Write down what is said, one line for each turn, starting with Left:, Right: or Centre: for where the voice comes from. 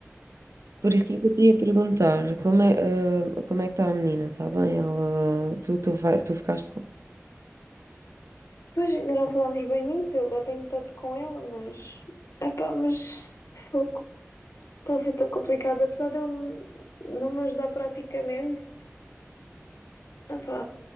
Right: por isso que eu te ia perguntar, como é, ah, como é que está a menina? Está bem? Ela, tu, tu, vai, tu ficaste com...
Left: Pois ainda não falámos bem nisso, eu agora tenho estado com ela mas. Epá, mas. fogo, Está a ser tão complicado, apesar dele não me ajudar praticamente. Epá,